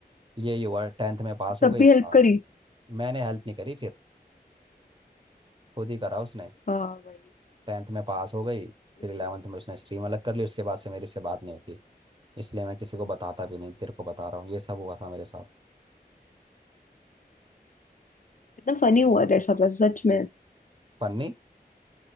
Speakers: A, on the right; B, on the left.
A: यही हुआ टेंथ में पास
B: तब
A: हो गई
B: भी हेल्प
A: आ,
B: करी
A: मैंने हेल्प नहीं करी फिर खुद ही करा उसने
B: हाँ भाई
A: टेंथ में पास हो गई फिर
B: इसलिए
A: इलेवंथ में उसने स्ट्रीम अलग कर ली उसके बाद से मेरी उससे बात नहीं होती इसलिए मैं किसी को बताता भी नहीं तेरे को बता रहा हूँ ये सब हुआ था मेरे साथ
B: इतना फनी हुआ तेरे साथ वैसे सच में
A: फन्नी